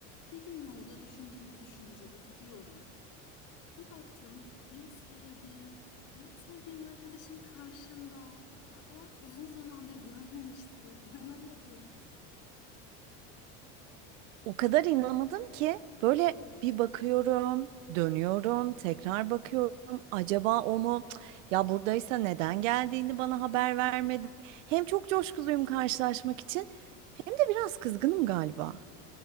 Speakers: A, on the left; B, on the right.
A: Bir gün yolda düşünceli düşünceli gidiyorum. Bir baktım en sevdiğim, en sevdiğim arkadaşım karşımda. Aa, uzun zamandır görmemiştim, inanamadım.
B: O kadar inanamadım ki böyle bir bakıyorum, dönüyorum, tekrar bakıyorum. Acaba o mu? Cık, Ya buradaysa neden geldiğini bana haber vermedi. Hem çok coşkuluyum karşılaşmak için, hem de biraz kızgınım galiba.